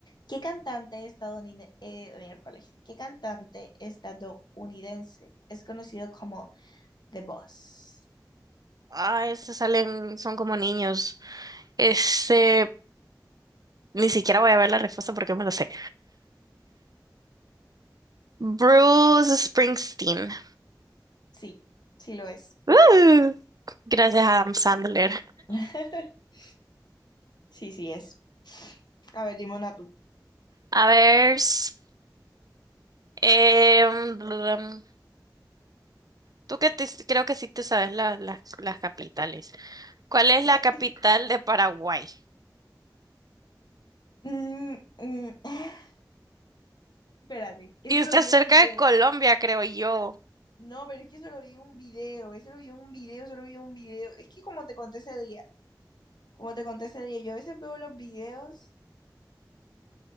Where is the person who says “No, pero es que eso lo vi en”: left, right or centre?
Left